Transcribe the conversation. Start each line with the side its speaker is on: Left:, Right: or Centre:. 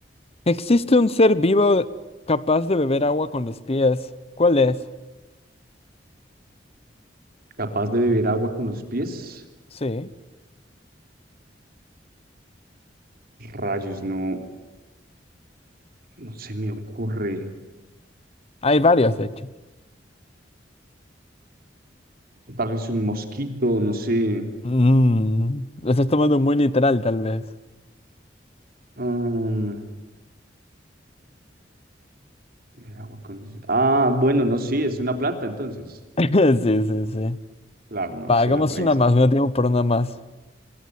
Left: existe un ser vivo capaz de beber agua con los pies. ¿Cuál es?
Right: Capaz de beber agua con los pies.
Left: Sí,
Right: Rayos, no, no se me ocurre.
Left: hay varios, de hecho.
Right: Tal vez un mosquito, no sé.
Left: Mm, lo estás tomando muy literal, tal vez.
Right: Ah, beber agua con los... Ah, bueno, no, sí, es una planta entonces.
Left: <laughs> Sí, sí, sí.
Right: Claro, no,
Left: Va,
Right: sí,
Left: hagamos
Right: las raíces.
Left: una más, no tengo por una más.